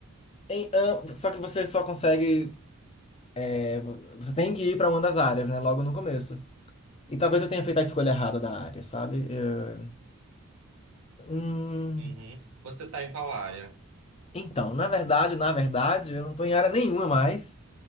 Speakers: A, on the left; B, on the right.
A: em am- só que você só consegue, é, você tem que ir para uma das áreas, né, logo no começo. E talvez eu tenha feito a escolha errada da área, sabe? Eu- hum,
B: uhum. Você tá em qual área?
A: então, na verdade, na verdade, eu não estou em área nenhuma mais.